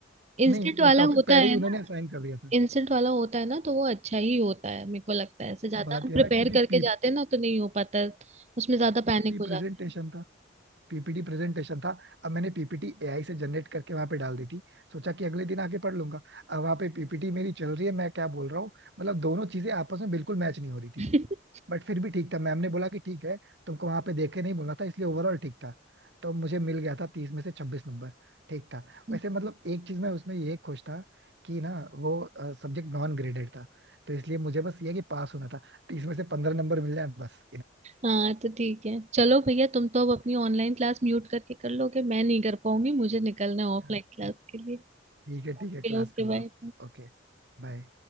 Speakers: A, on the right; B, on the right.
A: इंस्टेंट
B: नहीं
A: वाला
B: वो टॉपिक
A: होता
B: पहले
A: है
B: ही उन्होंने
A: ना
B: असाइन कर दिया था
A: इंस्टेंट वाला होता है ना तो वो अच्छा ही होता है मेरे को लगता है ऐसे ज्यादा
B: बात
A: हम
B: यह
A: प्रिपेयर
B: है ना क्योंकि
A: करके
B: पी,
A: जाते हैं ना तो नहीं हो पाता उसमें ज्यादा
B: पीपीटी
A: पैनिक हो
B: प्रेजेंटेशन
A: जाता
B: था पीपीटी प्रेजेंटेशन था अब मैंने पीपीटी एआई से जनरेट करके वहां पे डाल दी थी सोचा कि अगले दिन आके पढ़ लूंगा अब वहां पे पीपीटी मेरी चल रही है मैं क्या बोल रहा हूँ मतलब दोनों चीजें आपस में बिल्कुल मैच नहीं हो रही थी
A: है
B: बट फिर भी ठीक था मैम ने बोला कि ठीक है तुमको वहां पे देख के नहीं बोलना था इसलिए ओवरऑल ठीक था तो मुझे मिल गया था तीस में से छब्बीस नंबर ठीक था
A: <laughs>
B: वैसे मतलब एक चीज में उसमें ये खुश था कि ना वो सब्जेक्ट नॉन ग्रेडेड था तो इसलिए मुझे बस ये है कि पास होना था तीस में से पंद्रह नंबर मिल जाए बस
A: हाँ तो ठीक है चलो भैया तुम तो अब अपनी ऑनलाइन क्लास म्यूट करके कर लोगे मैं नहीं कर पाऊंगी मुझे निकलना है ऑफलाइन
B: इनफ
A: क्लास के लिए
B: ठीक है ठीक
A: Okay
B: है क्लास
A: okay
B: कर लो
A: bye
B: आप Okay bye